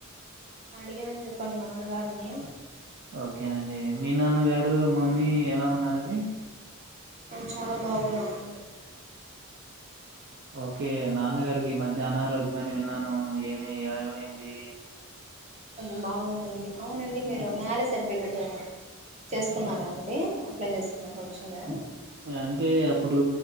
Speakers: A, on the right; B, on the right.
A: అడిగానని చెప్ప మీ నాన్న గారిని
B: ఓకేనండి మీ నాన్నగారు మమ్మీ ఎలా ఉన్నారండి
A: నేను చాలా బాగున్నాను
B: ఓకే నాన్నగారికి మధ్య అనారోగ్యమని విన్నాను ఏమి ఏమైంది
A: కొంచెం బావుందండి అవునండి మీరు
B: హ్మ్.
A: మ్యారేజ్ సర్టిఫి చేసుకున్నారా అండి అప్లై చేసుకున్నారా వచ్చిందా
B: అంటే అప్పుడు